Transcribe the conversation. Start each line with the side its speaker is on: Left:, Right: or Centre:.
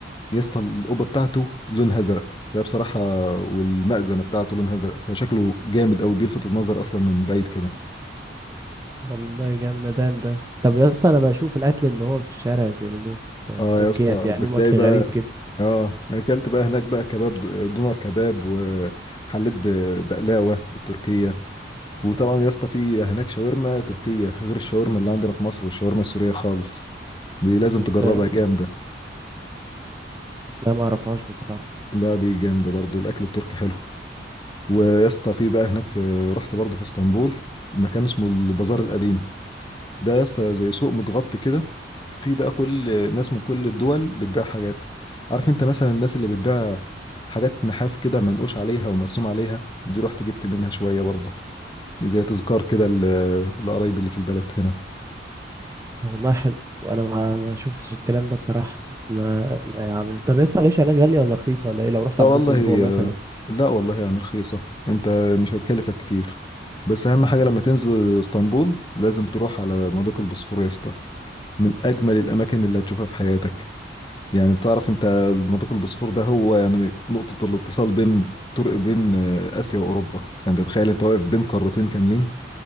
Left: يا اسطى القبه بتاعته لونها ازرق ده بصراحه والمأذنه بتاعته لونها ازرق فشكله جامد قوي بيلفت النظر اصلا من بعيد كده
Right: والله جامدان ده طب يا اسطى انا بشوف الاكل اللي هو في الشارع اللي بيعملوه في
Left: اه
Right: في تركيا
Left: يا اسطى
Right: بيعملوه
Left: بتلاقي
Right: اكل
Left: بقى
Right: غريب كده
Left: اه اكلت بقى هناك بقى كباب د- دونر كباب وحليت ب- بقلاوه التركيه وطبعا يا اسطى في هناك شاورما تركيه غير الشاورما اللي عندنا في مصر والشاورما السوريه خالص دي لازم
Right: مختلف
Left: تجربها جامده
Right: لا ما اعرفهاش بصراحه
Left: لا دي جامده برضو الاكل التركي حلو ويا اسطى في بقى هناك في رحت برضه في اسطنبول مكان اسمه البازار القديم ده يا اسطى زي سوق متغطي كده في بقى كل ناس من كل الدول بتبيع حاجات عارف انت مثلا الناس اللي بتبيع حاجات نحاس كده منقوش عليها ومرسوم عليها دي رحت جبت منها شوية برضه دي زي تذكار كده ل- لقرايبي اللي في البلد هنا
Right: والله حلو وانا ما ما شفتش الكلام ده بصراحه ما ما عمل- طب يا اسطى العيش هناك غاليه ولا رخيصه ولا ايه لو رحت
Left: ده
Right: عديت
Left: والله
Right: اسبوع مثلا
Left: آه، لا والله يعني رخيصة انت مش هتكلفك كتير بس اهم حاجة لما تنزل اسطنبول لازم تروح على مضيق البوسفور يا اسطى من اجمل الاماكن اللي هتشوفها في حياتك يعني بتعرف انت منطقة البوسفور ده هو يعني نقطة الاتصال بين طرق بين آه، آسيا وأوروبا فانت تخيل انت واقف بين قارتين كاملين